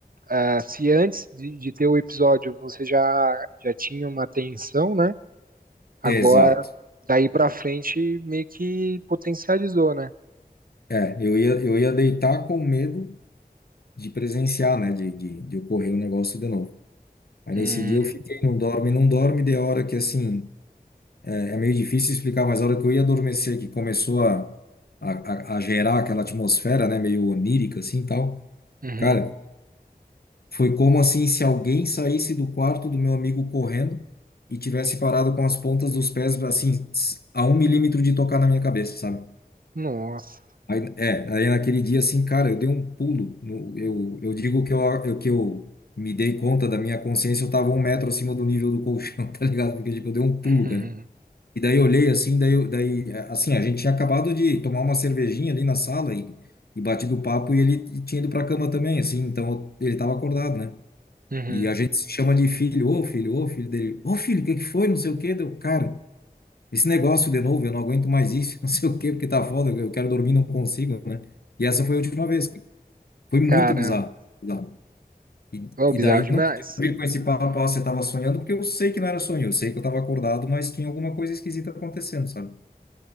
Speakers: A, on the right (about 65°); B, on the left (about 75°).
A: ah, se antes de, de ter o episódio você já, já tinha uma tensão, né? Agora,
B: exato.
A: daí pra frente, meio que potencializou, né?
B: É, eu ia, eu ia deitar com medo de presenciar, né? De, de, de ocorrer o negócio de novo. Aí
A: Hum,
B: nesse dia eu fiquei, não dorme, não dorme, de hora que assim. É é meio difícil explicar, mas a hora que eu ia adormecer, que começou a, a, a a gerar aquela atmosfera, né, meio onírica assim e tal.
A: uhum,
B: Cara, foi como assim se alguém saísse do quarto do meu amigo correndo e tivesse parado com as pontas dos pés assim a um milímetro de tocar na minha cabeça, sabe?
A: Nossa,
B: Aí, é, aí naquele dia assim, cara, eu dei um pulo. no- eu, eu digo que eu, eu que eu me dei conta da minha consciência, eu tava um metro acima do nível do colchão, <laughs> tá ligado? Porque tipo, eu dei um pulo,
A: uhum,
B: cara. E daí eu olhei assim, daí, eu- daí eh, assim, a gente tinha acabado de tomar uma cervejinha ali na sala e, e batido o papo e ele t- tinha ido pra cama também, assim, então ele tava acordado, né?
A: uhum.
B: E a gente se chama de filho, ô filho, ô filho dele, ô filho, o que que foi? Não sei o quê, deu, cara, esse negócio de novo, eu não aguento mais isso, <laughs> não sei o quê, porque tá foda, eu quero dormir, não consigo, né? E essa foi a última vez, cara. Foi muito
A: caramba,
B: bizarro, bizarro. E,
A: é
B: e
A: bizarro
B: daí
A: demais.
B: não adianta vir com esse papo, ah, você tava sonhando, porque eu sei que não era sonho, eu sei que eu tava acordado, mas tinha alguma coisa esquisita acontecendo, sabe?